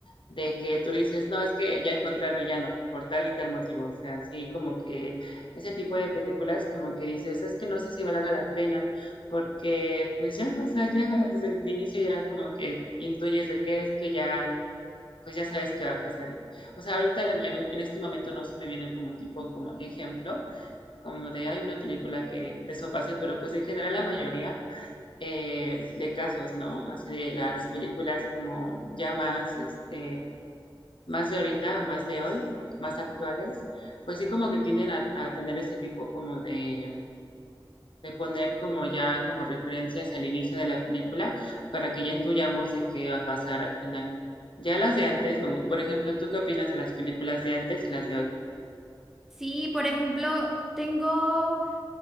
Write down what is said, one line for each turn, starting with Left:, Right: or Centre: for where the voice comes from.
Left: de que tú dices, no, es que ya encontré al villano por tal y tal motivo. O sea, sí, como que ese tipo de películas, como que dices, es que no sé si valga la pena, porque pues ya, o sea, ya desde el inicio ya como que intuyes de qué es que ya, pues ya sabes qué va a pasar. Y, o sea, ahorita la- en este momento no se me viene como un tipo como ejemplo como de hay una película que eso pase, pero pues en general la mayoría eh, de casos, ¿no? Así de las películas como ya más, este, más de ahorita, más de hoy, más actuales, pues sí como que tienden a, a tener este tipo como de, de poner como ya como referencias al inicio de la película para que ya intuyamos de qué va a pasar al final. Ya las de antes, no, por ejemplo, ¿tú qué opinas de las películas de antes y las de hoy?
Centre: Sí, por ejemplo, tengo...